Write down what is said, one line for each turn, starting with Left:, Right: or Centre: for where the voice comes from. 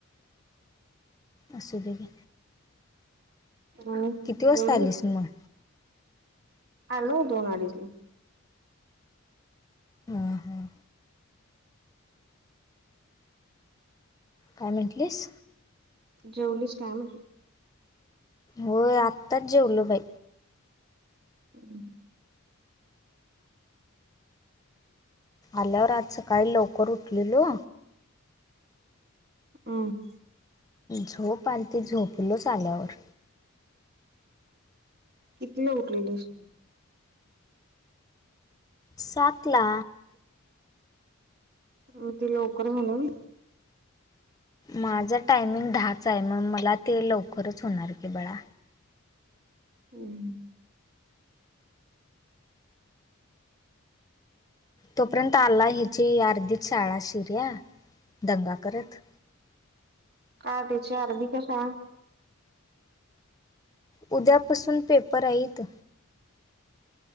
Left: असुदे घे
Right: आणि
Left: किती वाजता
Right: जेवली
Left: आलीस मग
Right: आलो दोन अडीचला
Left: ह हां काय म्हटलीस
Right: जेवलीच काय म्हटलं
Left: होय आताच जेवलो बाई
Right: ह
Left: आल्यावर आज सकाळी लवकर उठलेलो
Right: अ
Left: झोप आलती झोपलोच आल्यावर
Right: कितीवेळा उठलेलीस
Left: सातला
Right: म ते लवकर झालं होय
Left: माझं टायमिंग दहाचा आहे मग मला ते लवकरच होणार की बाळा
Right: होम
Left: तोपर्यंत आला ह्याची अर्दीचं शाळा शिऱ्या दंगा करत
Right: का त्याची आर्धी का शाळा?
Left: उद्यापासून पेपर हाईत